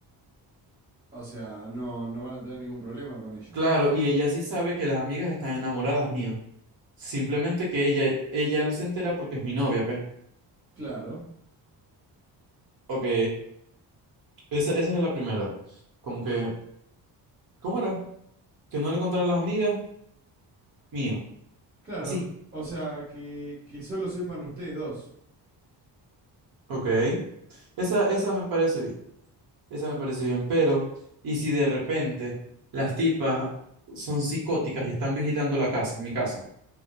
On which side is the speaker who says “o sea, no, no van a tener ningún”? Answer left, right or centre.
Right